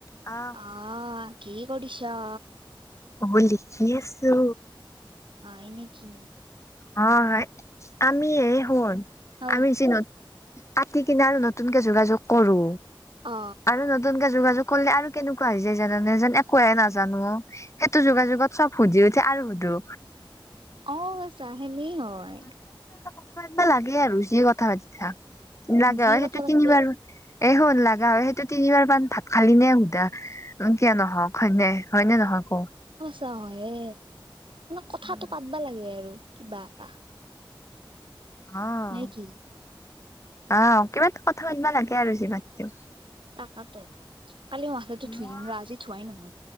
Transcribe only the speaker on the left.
আহ
অ লিখি আছো।
হয় হয় আমি এই হে শুন
আমি চি নোত। কাটি কিনে আৰু নতুনকে যোগাযোগ কৰো
আৰু নতুন। যোগাযোগ কৰিলে আৰু কেনেকুৱা হৈ যায় জানে যেন একোৱে নাজানো সেইটো যোগাযোগত চব সুজি উঠে আৰু সুধো।
বিষয় এটা লাগে আৰু যি কথা পাতি থাক লাগে
হয়
সেইটো
তিনিবাৰ এই স লগা হয় সেইটো তিনিবাৰ পান ভাত খালি নে সুধা কিয় নহওক হয়নে। হয়নে নহয় কৌ।
উম
আহ
আহ কিবা কথা পাতিবা লাগে আৰু যিমান হ'লেও।
মই